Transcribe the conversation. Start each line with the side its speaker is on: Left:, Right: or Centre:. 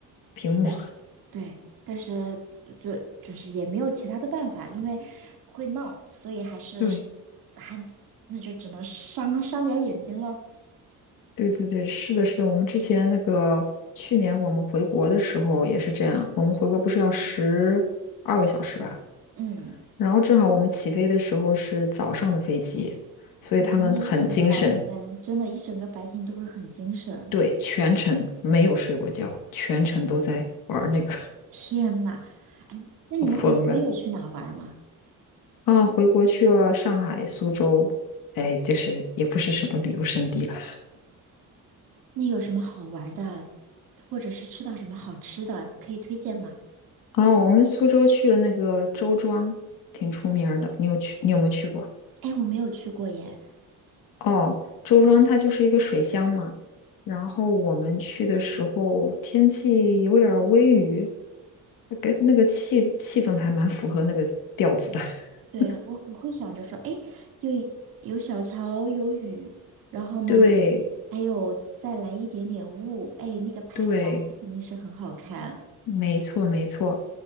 Left: 屏幕。
Right: 对，
Left: <laughs>
Right: 对，但是就就是也没有其他的办法，因为会闹，所以还是
Left: 对，
Right: 还那就只能伤伤点儿眼睛了。
Left: 对对对，是的，是的。我们之前那个去年我们回国的时候也是这样，我们回国不是要十二个小时吧？
Right: 嗯，
Left: 然后正好我们起飞的时候是早上的飞机，所以他们很精神，
Right: 哇，那一整个白天，真的，一整个白天都会很精神。
Left: 对，全程没有睡过觉，全程都在玩那个，<laughs>
Right: 天呐，那你们回国有去哪儿玩儿吗？
Left: 我疯了。啊，回国去了上海、苏州，哎，就是也不是什么旅游胜地了。
Right: 那有什么好玩儿的，或者是吃到什么好吃的，可以推荐吗？
Left: 哦，我们苏州去了那个周庄，挺出名儿的。你有去？你有没有去过？
Right: 哎，我没有去过耶。
Left: 哦，周庄它就是一个水乡嘛。然后我们去的时候天气有点儿微雨，那个那个气气氛还蛮符合那个调子的。<laughs>
Right: 对，我我会想着说，哎，有有小桥，有雨，然后呢，
Left: 对
Right: 还有再来一点点雾，哎，那个拍照肯定是很好看。
Left: 对，没错没错。